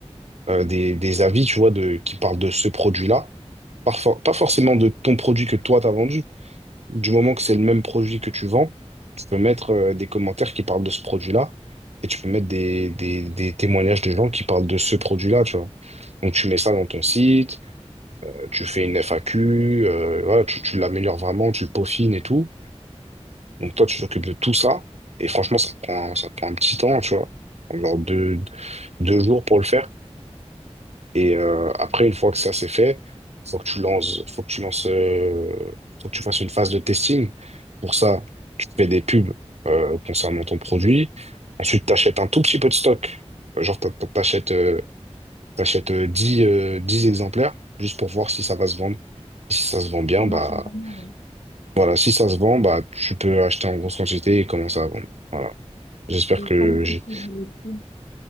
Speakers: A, on the right (about 70°); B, on the left (about 80°).
A: euh, des, des avis, tu vois, de, qui parlent de ce produit-là. Parfois, pas forcément de ton produit que toi, t'as vendu. Du moment que c'est le même produit que tu vends, tu peux mettre euh, des commentaires qui parlent de ce produit-là et tu peux mettre des, des, des témoignages de gens qui parlent de ce produit-là, tu vois. Donc, tu mets ça dans ton site tu fais une FAQ, euh, voilà, tu, tu l'améliores vraiment, tu le peaufines et tout. Donc toi, tu t'occupes de tout ça. Et franchement, ça prend, ça prend un petit temps, tu vois. Genre deux, deux jours pour le faire. Et euh, après, une fois que ça c'est fait, faut que tu lances, faut que tu lances, euh, faut que tu fasses une phase de testing. Pour ça, tu fais des pubs euh, concernant ton produit. Ensuite, tu achètes un tout petit peu de stock. Euh, Genre, t'a- t'a- t'achètes euh, T'achètes euh, 10 euh, 10 exemplaires juste pour voir si ça va se vendre. Et si ça se vend bien,
B: ça marche
A: bah
B: vraiment. ouais.
A: voilà, si ça se vend, bah tu peux acheter en grosse quantité et commencer à vendre. Voilà. J'espère
B: Et
A: que
B: comment tu
A: j'ai.
B: faisais les pubs?